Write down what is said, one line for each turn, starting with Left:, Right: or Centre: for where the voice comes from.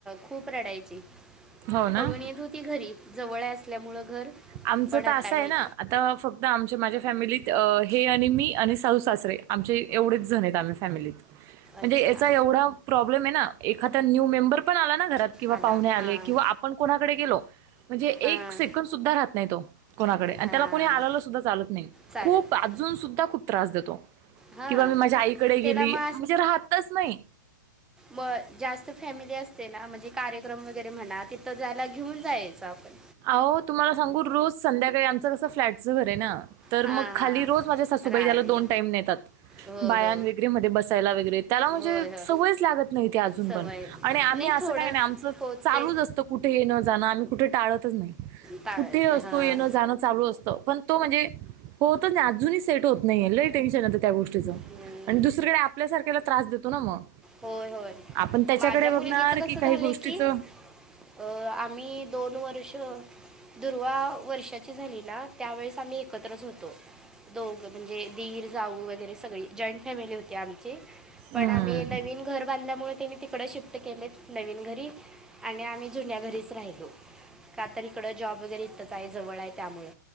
Centre: खूप रडायची
Right: हो ना
Centre: पळून येत होती घरी. जवळ आहे असल्यामुळं घर.
Right: आमचं
Centre: पण आता
Right: तर असं
Centre: नाही
Right: आहे ना आता फक्त आमच्या माझ्या फॅमिलीत हे आणि मी आणि सासू - सासरे आमचे एवढेच जण आहेत आम्ही फॅमिलीत. म्हणजे
Centre: अच्छा
Right: याचा एवढा प्रॉब्लेम आहे ना, एखादा न्यू मेंबर पण आला ना घरा त किंवा
Centre: आला
Right: पाहुणे आले
Centre: हां
Right: किंवा आपण कोणाकडे गेलो म्हणजे एक
Centre: हां
Right: सेकंद सुद्धा राहत नाही तो. कोणाकडे आणि
Centre: आ,
Right: त्याला कोणी आलेलं सुद्धा चालत नाही
Centre: चालत
Right: खूप अजून
Centre: नाही
Right: सुद्धा खूप त्रास देतो.
Centre: हां
Right: किंवा मी माझ्या आईकडे
Centre: त्याला
Right: गेली
Centre: मग
Right: म्हणजे राहतच नाही.
Centre: म जास्त फॅमिली असते ना म्हणजे कार्यक्रम वगैरे म्हणा तिथं जायला घेऊन जायचं आपण
Right: अवो तुम्हाला सांगू रोज संध्याकाळी आमचं कसं फ्लॅटचं घर आहे ना. तर
Centre: हां
Right: मग खाली
Centre: हां
Right: रोज माझ्या सासूबाई
Centre: राळी
Right: त्याला दोन टाईम नेतात
Centre: हो
Right: बायान
Centre: हो
Right: वगैरे मध्ये, बसायला वगैरे. त्याला म्हणजे
Centre: होय हो
Right: सवयच लागत नाही ती अजून
Centre: सवय
Right: पण आणि आम्ही
Centre: नाही
Right: असं
Centre: थोडं
Right: काही नाही आमचं
Centre: होते
Right: चालूच असतं. कुठे येणं- जाणं आम्ही कुठे टाळतच नाही.
Centre: टाळत
Right: कुठे असतो
Centre: नाही हां
Right: येण जाणं चालू असतं पण तो म्हणजे होतच नाही अजूनही सेट होत नाही, लई टेन्शन येतं त्या गोष्टीच
Centre: हम्म
Right: आणि दुसरीकडे आपल्यासारख्याला त्रास देतो ना मग
Centre: होय होय
Right: आपण त्याच्याकडे
Centre: माझ्या मुलगीच
Right: बघणार
Centre: कस
Right: की
Centre: झालंय
Right: काही गोष्टीचं
Centre: की, अ आम्ही दोन वर्ष दुर्वा वर्षाची झाली ना त्यावेेळेस आम्ही एकत्रच होतो. दोघं म्हणजे दीर जाऊ वगैरे सगळी जॉईंट फॅमिली होती आमची पण
Right: हम्म.
Centre: आम्ही नवीन घर बांधल्यामुळे त्यांनी तिकड शिफ्ट केलेत नवीन घरी आणि आम्ही जुन्या घरीच राहिलो का तर इकडं जॉब वगैरे इथंच आहे जवळ आहे त्यामुळं